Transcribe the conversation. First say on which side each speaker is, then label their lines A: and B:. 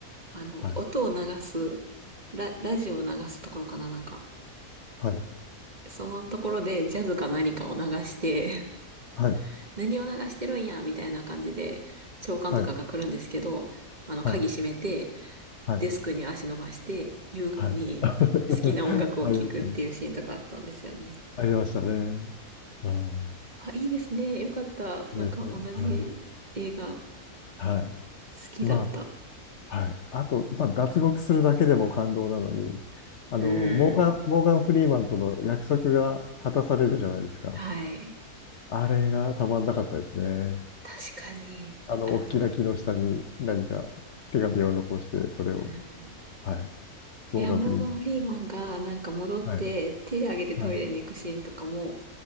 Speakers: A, on the right (about 30°); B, on the left (about 55°).
A: あの、
B: い。
A: 音を流す、ラ、ラジオを流すところかな、なんか。
B: はい。
A: そのところでジャズか何かを流して、
B: はい。
A: <laughs> 何を流してるんや、みたいな感じで、長官とかが来るんですけど、
B: はい。
A: あの、鍵閉めて、
B: はい。はい。
A: デスクに足伸ばして、
B: はい。
A: 優雅に好きな音楽を聴くっていうシーンとかあったんですよね。
B: はい。<laughs> ありましたね。ありましたね。うん。
A: あ、いいですね。よかった。なんか同じ映画好
B: ですね。はい。はい。
A: きだった。
B: まあ、はい。あと、まあ、脱獄するだけでも感動なのに、あの、
A: う
B: モーガン、
A: ん。
B: モーガン・フリーマンとの約束が果たされるじゃないですか。
A: はい。
B: あれがたまんなかったですね。
A: 確かに、
B: あの、
A: あの、
B: 大きな木の下に何か手紙を残して、それを、
A: うん、
B: はい。モーガン・
A: いや、モーガン・
B: フリーマンさんって。
A: フリーマンがなんか戻って手挙げてトイレに行くシーンとかも、
B: はい。はい。